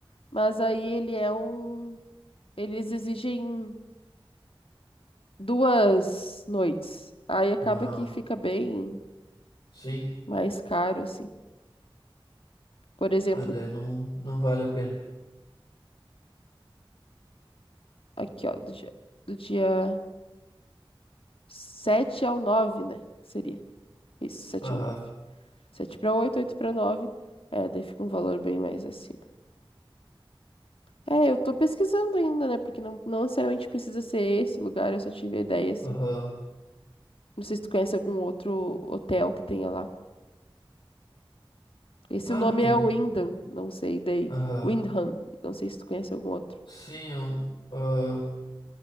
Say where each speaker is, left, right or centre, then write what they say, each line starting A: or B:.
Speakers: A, on the left; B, on the left.
A: Mas aí ele é um, eles exigem duas noites. Aí acaba
B: Ah,
A: que fica bem
B: sim,
A: mais caro, assim. Por exemplo,
B: ah, daí não, não vale a pena.
A: aqui, ó, do dia, do dia 7 ao 9, né? Seria. Isso, sete
B: Aham.
A: ao nove, sete para 8, 8 para nove, É, daí fica um valor bem mais acima. É, eu tô pesquisando ainda, né? Porque não, não necessariamente precisa ser esse lugar, eu só tive a ideia, assim.
B: Aham.
A: Não sei se tu conhece algum outro hotel que tenha lá. Esse
B: Ah,
A: nome
B: tem.
A: é Wyndham, não sei, daí.
B: Aham.
A: Windham, não sei se tu conhece algum outro.
B: Sim, eu, ah,